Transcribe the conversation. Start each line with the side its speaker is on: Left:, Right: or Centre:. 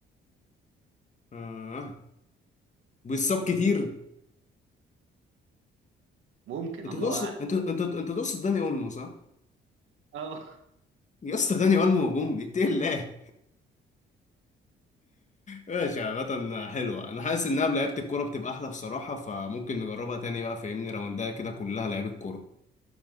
Left: اه بيصاب كتير
Right: ممكن
Left: انت
Right: الله
Left: تقصد
Right: اعلم
Left: انت انت انت تقصد داني اولمو صح
Right: اه
Left: يا اسطى داني اولمو هجوم اتقي الله ماشي عامة حلوة انا حاسس انها بلعيبة الكورة بتبقى احلى بصراحة فممكن نجربها تاني بقى فاهمني راوندها كده كلها لعيبة كورة